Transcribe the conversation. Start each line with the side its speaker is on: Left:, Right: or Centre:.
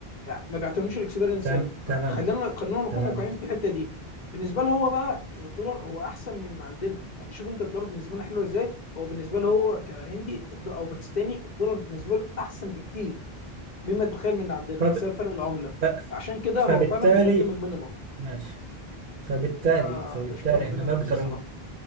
Left: يعني ما بيعتمدوش الاكسبيرينس
Right: تم-
Left: هنا
Right: تمام
Left: فخلينا خلينا نكون
Right: تمام
Left: واقعيين في الحته دي بالنسبه له هو بقى الدولار هو احسن من عندنا يعني شوف انت الدولار بالنسبه لنا حلو ازاي هو بالنسبه له هو كهندي الد- او باكستاني الدولار بالنسبه له احسن بكتير مما تتخيل من عندنا
Right: فب...
Left: بسبب فرق العمله
Right: ف...
Left: فعشان كده
Right: فبالتالي
Left: هو فعلا بيقدم المينيمم
Right: ماشي
Left: بالظبط
Right: فبالتالي
Left: آه
Right: فبالتالي
Left: بشوفها من غير
Right: احنا
Left: منافسه
Right: نقدر
Left: الصراحه